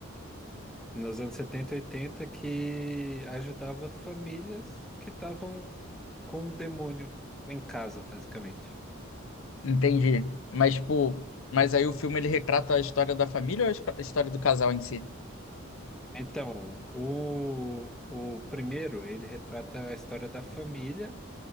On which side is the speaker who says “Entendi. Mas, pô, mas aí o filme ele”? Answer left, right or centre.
Left